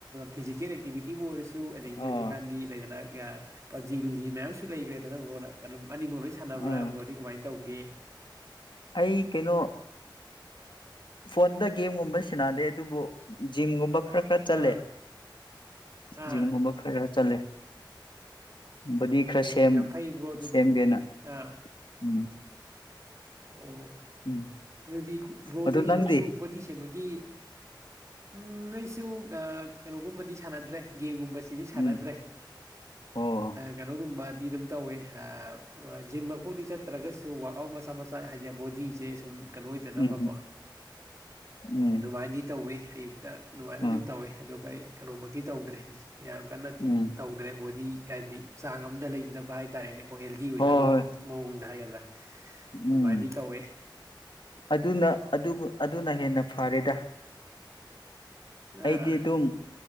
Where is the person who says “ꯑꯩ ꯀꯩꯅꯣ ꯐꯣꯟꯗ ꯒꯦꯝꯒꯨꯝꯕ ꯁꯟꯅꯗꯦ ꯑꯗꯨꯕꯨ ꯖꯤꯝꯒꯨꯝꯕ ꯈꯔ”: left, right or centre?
Left